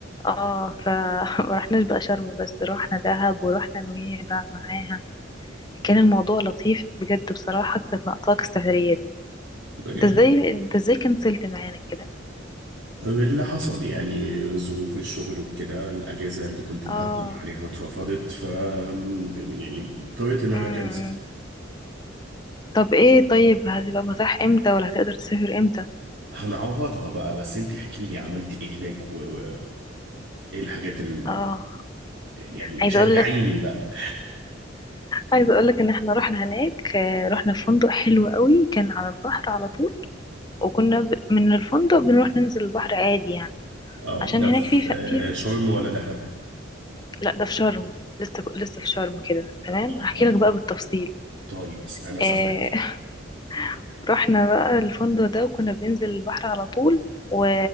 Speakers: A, on the left; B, on the right.
A: اه ف <laughs> ما رحناش بقى شرم بس روحنا دهب ورحنا نويبع معاها كان الموضوع لطيف بجد بصراحه كانت ناقصاك السفريه دي
B: بجد
A: انت ازاي انت ازاي كنسلت معانا كده
B: اللي حصل يعني ظروف الشغل وكده الاجازة اللي كنت مقدم
A: اه
B: عليها اترفضت ف يعني اضطريت ان انا
A: امم
B: اكنسل
A: طب ايه طيب هتبقى متاح امتى ولا هتقدر تسافر امتى
B: هنعوضها بقى بس انتي احكي لي عملتي ايه هناك و... و... ايه الحاجات اللي
A: اه
B: يعني
A: عايزه
B: شجعيني
A: اقول لك
B: بقى
A: عايزة اقولك ان احنا رحنا هناك آه، رحنا فندق حلو قوي كان على البحر على طول وكنا ب... من الفندق بنروح ننزل البحر عادي يعني
B: <laughs> اه
A: عشان
B: ده
A: هناك
B: في
A: في ف... في
B: شرم ولا دهب؟
A: لا ده في شرم لسه ك- لسه في شرم كده تمام
B: اه
A: هحكي
B: اه
A: لك بقى بالتفصيل
B: طيب انا سامعك
A: آه... <laughs> رحنا بقى الفندق ده وكنا بننزل البحر على طول و...